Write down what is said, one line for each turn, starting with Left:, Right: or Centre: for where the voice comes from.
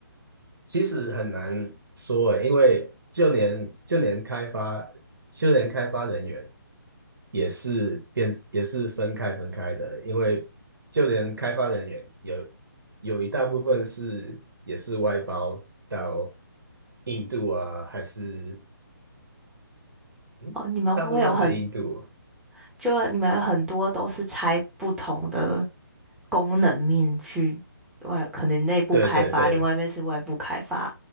Right: 其实很难说诶，因为就连就连开发就连开发人员也是变也是分开分开的，因为就连开发人员有有一大部分是也是外包到印度啊，还是嗯，
Centre: 哦，你们会有很
Right: 大部分是印度，
Centre: 就你们很多都是拆不同的功能面去外，可能内部开发，
Right: 对对对
Centre: 另外一面是外部开发。